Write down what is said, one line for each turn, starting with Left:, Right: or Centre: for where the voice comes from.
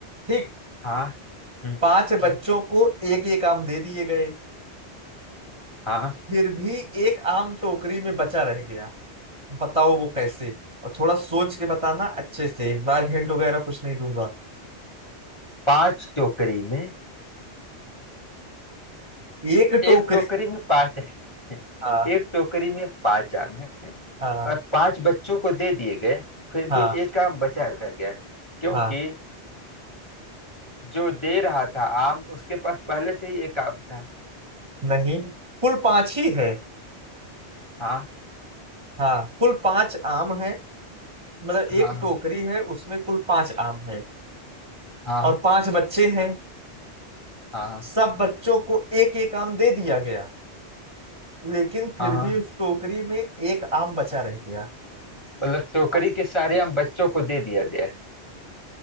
Right: ठीक
Left: हाँ हम्म
Right: पांच
Left: हम्म,
Right: बच्चों को एक एक आम दे दिए गए
Left: हाँ
Right: फिर भी एक आम टोकरी में बचा रह गया बताओ वो कैसे और थोड़ा सोच के बताना अच्छे से इस बार हिंट वगैरह कुछ नहीं दूंगा
Left: पांच टोकरी में
Right: एक
Left: एक
Right: टोकरी
Left: टोकरी में पांच है <laughs>
Right: हाँ
Left: एक टोकरी में पांच आम है
Right: हाँ
Left: और पांच बच्चों को दे दिए गए फिर
Right: हाँ
Left: भी एक आम बचा रह गया क्योंकि
Right: हाँ
Left: जो दे रहा था आम उसके पास पहले से ही एक आम था
Right: नहीं कुल पांच ही है
Left: हाँ
Right: हाँ कुल पांच आम है मतलब
Left: हाँ
Right: एक टोकरी है उसमें कुल पांच आम है
Left: हाँ
Right: और पांच बच्चे हैं
Left: हाँ हाँ
Right: सब बच्चों को एक एक आम दे दिया गया लेकिन फिर
Left: हाँ
Right: भी उस टोकरी में एक आम बचा रह गया
Left: मतलब टोकरी
Right: बस
Left: के सारे आम बच्चों को दे दिया गया है।